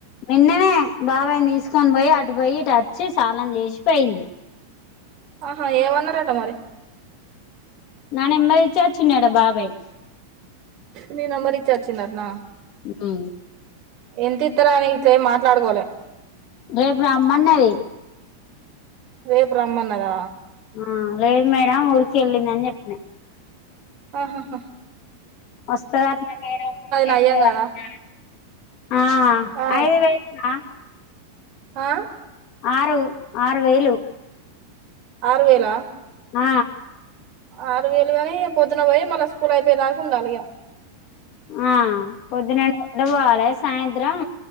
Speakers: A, on the left; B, on the right.
A: నిన్ననే బాబాయని తీసుకొని. పోయి అటు పోయి ఇటు వచ్చి సానం చేసిపోయింది,
B: ఆహా ఏమన్నారట మరి,
A: నా నెంబర్ ఇచ్చే వచ్చిండాట బాబాయ్,
B: ని నెంబర్ ఇచ్చి వచ్చి డాటన,
A: ఊ
B: ఎంత ఇస్తార అని ఇట్లేమి మాట్లాడుకోలే,
A: రేపు రమ్మన్నది,
B: రేపు రమ్మన్నదా,
A: ఆ లేదు మేడం ఊరికి వెళ్ళింది అని చెపి, అ
B: ఆహా హా,
A: వస్తదటన మేడం చేస్త
B: నయ్యం
A: దాటన
B: కదా
A: ఆ
B: ఆ
A: ఐదు వేయిలా,
B: ఆ
A: ఆరు ఆరు వేయిలు,
B: ఆరు వేయిలా,
A: ఆ
B: ఆరు వేయిలుగాని పొద్దున పోయి మల్ల స్కూల్ అయిపోయ దాకా ఉండాలి ఇగా
A: ఆ పొద్దున ఏడు గంటలకు పోవాలే, సాయంత్రం